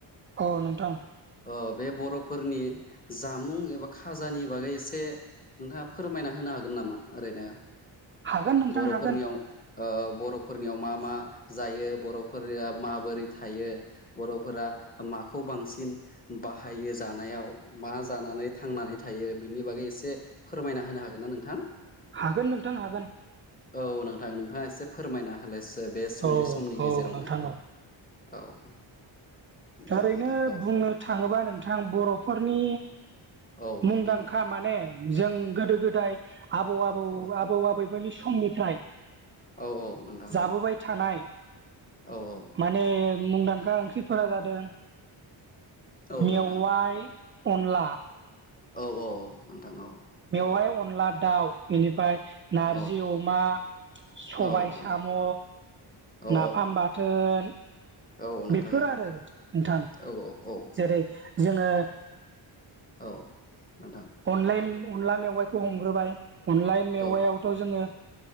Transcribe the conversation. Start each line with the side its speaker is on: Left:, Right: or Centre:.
Right: औ नोंथां
Left: अ बे बर'फोरनि जामुं एबा खाजानि बागै एसे नोंथांङा फोरमायना हो नो हागोन नामा ओरैनो
Right: हागोन नोंथां
Left: बर'फोरनियाव
Right: हागोन
Left: ओ बर'फोरनियाव मा मा जायो बर'फोरा माबोरै थायो बर'फोरा माखौ बांसिन बाहायो जानायाव मा जानानै थांनानै थायो बिनि बागै एसे फोरमायना होनो हा हागोन ना नोंथां?
Right: हागोन नोंथां हागोन।
Left: औ नोंथां नोंथांङा एसे फोरमायना होलाय बे सुंद'
Right: औ
Left: समनि गेजेरावनो
Right: औ नोंथां औ
Left: औ दे
Right: ओरैनो
Left: नोंथां औ
Right: बुंनो थांङोबा नोंथां बर'फोरनि
Left: औ
Right: मुंदांखा
Left: नोंथां
Right: माने जों गोदो गोदाय आबौ आबौ
Left: औ
Right: आबौ-आबै फोरनि समनिफ्राय
Left: औ औ नोंथां
Right: जाबोबाय थानाय
Left: औ औ।
Right: माने मुंदांखा ओंख्रिफोरा जादों
Left: औ
Right: मेवाइ,
Left: नोंथां
Right: अनला
Left: औ औ नोंथां औ
Right: बेवहाय अनला दाउ बेनिफ्राय 'नारजि
Left: औ
Right: अमा सबाय
Left: औ नोंथां
Right: साम'
Left: औ
Right: नाफाम बाथोन
Left: औ नोंथां
Right: बेफोर
Left: औ
Right: आरो नोंथां।
Left: औ औ औ
Right: जेरै जोङो
Left: औ नोंथां
Right: अलाय अनला मेवाइखौ हमग्रोबाय अनला मेवायावथ'
Left: औ
Right: जोङो